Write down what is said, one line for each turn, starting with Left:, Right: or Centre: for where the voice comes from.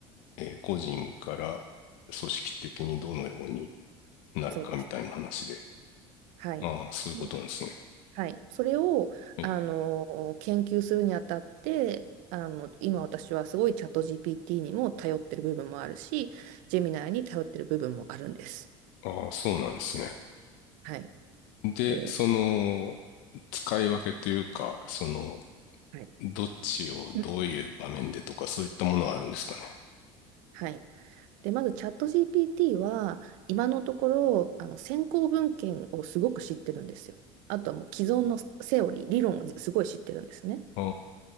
Left: えー個人から組織的にどのようになるかみたいな話で。
Right: そうです。はい。
Left: ああ、そういうことなんですね。
Right: ではい。それを、
Left: はい。
Right: あの、研究するにあたって、あの、今私はすごいチャット GPT にも頼ってる部分もあるし、ジェミナーに頼ってる部分もあるんです。
Left: ああ、そうなんですね。
Right: はい。
Left: で、
Right: で、
Left: その、使い分けというか、その、
Right: はい。
Left: どっちをどういう場面でとかそういったものはあるんですかね。
Right: うんはい。で、まずチャット GPT は今のところあの先行文献をすごく知ってるんですよ。あとはもう既存のセオリー、理論をすごい知ってるんですね。
Left: あ